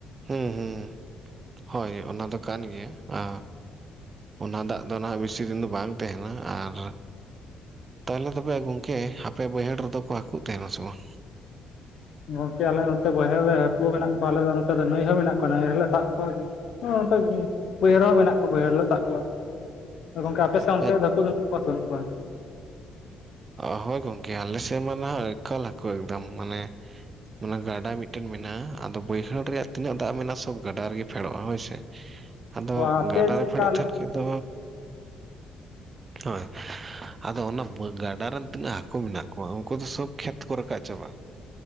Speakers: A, on the right; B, on the left.
A: ᱦᱩᱸ ᱦᱩᱸ ᱦᱳᱭ ᱚᱱᱟ ᱫᱚ ᱠᱟᱱ ᱜᱮᱭᱟ ᱟ ᱚᱱᱟ ᱫᱟᱜ ᱫᱚ ᱱᱟᱦᱟᱜ ᱵᱮᱥᱤ ᱫᱤᱱ ᱫᱚ ᱵᱟᱝ ᱛᱟᱦᱮᱱᱟ ᱟᱨ ᱛᱟᱦᱚᱞᱮ ᱛᱚᱵᱮ ᱜᱚᱝᱠᱮ ᱦᱟᱯᱮ ᱵᱟᱹᱭᱦᱟᱹᱲ ᱨᱮᱫᱚ ᱠᱚ ᱦᱟᱹᱠᱩᱜ ᱛᱟᱦᱮᱱᱟ ᱥᱮ ᱵᱟᱝ?
B: ᱜᱚᱝᱠᱮ ᱟᱞᱮ ᱱᱚᱛᱮ ᱵᱟᱹᱭᱦᱟᱹᱲ ᱨᱮ ᱦᱟᱹᱠᱩ ᱢᱮᱱᱟᱜ ᱠᱚᱣᱟ, ᱟᱞᱮ ᱫᱚ ᱱᱚᱛᱮ ᱫᱚ ᱱᱟᱹᱭ ᱦᱚᱸ ᱢᱮᱱᱟᱜ ᱠᱚᱣᱟ ᱱᱟᱹᱭ ᱨᱮᱞᱮ ᱥᱟᱵ ᱠᱚᱣᱟ ᱾ ᱚ ᱱᱚᱛᱮ ᱵᱟᱹᱭᱦᱟᱹ ᱦᱚᱸ ᱢᱮᱱᱟᱜ ᱠᱚᱣᱟ ᱵᱟᱹᱭᱦᱟᱹᱲ ᱨᱮᱞᱮ ᱥᱟᱵ ᱠᱚᱣᱟ ᱾ ᱦᱚᱭ ᱜᱚᱝᱠᱮ ᱟᱯᱮ ᱥᱮᱱ
A: ᱵᱟᱝ
B: ᱚᱱᱛᱮ ᱫᱚ ᱦᱟᱹᱠᱩ ᱫᱚ ᱢᱮᱱᱟᱜ ᱠᱚᱣᱟ ᱥᱮ ᱵᱟᱹᱱᱩᱜ ᱠᱚᱣᱟ?
A: ᱚ ᱦᱚᱭ ᱜᱚᱝᱠᱮ, ᱟᱞᱮ ᱥᱮᱫ ᱢᱟ ᱱᱟᱸᱜ ᱮᱠᱟᱞ ᱦᱟᱹᱠᱩ ᱮᱠᱫᱚᱢ ᱢᱟᱱᱮ ᱩᱱᱟᱜᱟᱱ ᱟᱨ ᱢᱤᱫᱴᱮᱱ ᱢᱮᱱᱟᱜᱼᱟ ᱟᱫᱚ ᱵᱟᱹᱭᱦᱟᱹᱲ ᱨᱮᱭᱟᱜ ᱛᱤᱱᱟᱹᱜ ᱫᱟᱜ ᱢᱮᱱᱟᱜᱼᱟ ᱥᱚᱵ ᱜᱟᱰᱟ ᱨᱮᱜᱮ ᱯᱷᱮᱰᱚᱜᱼᱟ ᱦᱚᱭ ᱥᱮ ᱾ ᱟᱫᱚ
B: ᱚ ᱟᱯᱮ
A: ᱜᱟᱰᱟ
B: ᱪᱮᱫᱠᱟ
A: ᱨᱮ ᱯᱷᱮᱰᱚᱜ
B: ᱟᱞᱮ
A: ᱛᱟᱦᱮᱱ ᱟᱫᱚ ᱦᱚᱭ, ᱟᱫᱚ ᱚᱱᱟ ᱵᱟᱸ ᱜᱟᱼᱼ ᱫᱟᱜ ᱨᱮᱱ ᱛᱤᱱᱟᱹᱜ ᱦᱟᱹᱠᱩ ᱢᱮᱱᱟᱜ ᱠᱚᱣᱟ ᱩᱱᱠᱩ ᱫᱚ ᱥᱚᱵᱽ ᱠᱷᱮᱛ ᱠᱚ ᱨᱟᱠᱟᱵ ᱪᱟᱵᱟᱜᱼᱟ ᱾